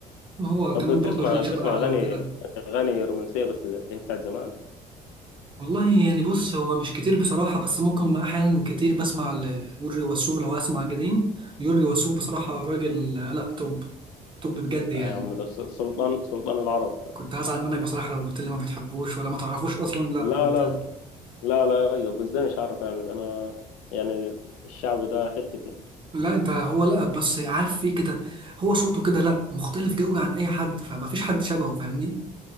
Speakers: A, on the right (about 25°); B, on the left (about 60°).
A: ما هو
B: طب
A: كمان
B: بتسمع
A: برضه عشان شبه
B: بتسمع
A: اهله
B: أغاني
A: وكده
B: أغاني رومانسية بس زي اللي هي بتاعت زمان
A: والله يعني بص هو مش كتير بصراحة بس ممكن أحيانا كتير بسمع ليورجي وسوف لو هسمع جديد يورجي وسوف بصراحة راجل لا توب توب بجد يعني
B: آه يا عم ده س- سلطان سلطان العرب
A: كنت هزعل منك بصراحة لو قلت لي ما بتحبوش ولا ما تعرفوش أصلا لا
B: لا
A: كنت
B: لا لا لا يا راجل طب إزاي مش عارف يعني ده أنا يعني الشعبي ده حتتي
A: لا أنت هو لا بس عارف فيه كده هو صوته كده لا مختلف جوي عن أي حد فما فيش حد شبهه فاهمني